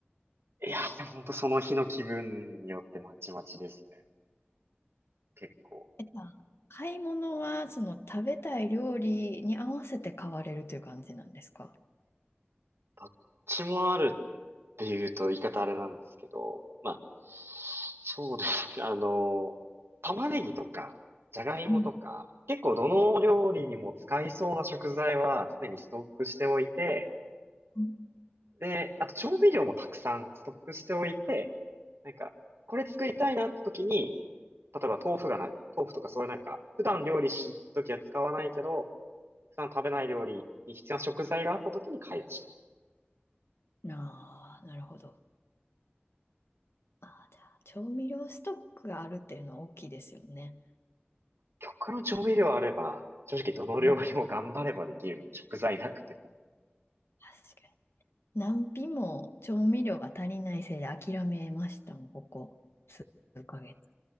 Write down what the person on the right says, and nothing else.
いやー、でも本当その日の気分によってまちまちですね。結構。
どっちもあるっていうと言い方あれなんですけど、まあ、そうですね。あの、玉ねぎとか、じゃがいもとか、
結構どの料理にも使いそうな食材は常にストックしておいて、
で、あと調味料もたくさんストックしておいて、なんか、これ作りたいなって時に、例えば豆腐がない、豆腐とかそういうなんか、普段料理しときは使わないけど、普段食べない料理に必要な食材があった時に買い出し。
極論調味料あれば、正直どの料理も頑張ればできるので、
食材なくても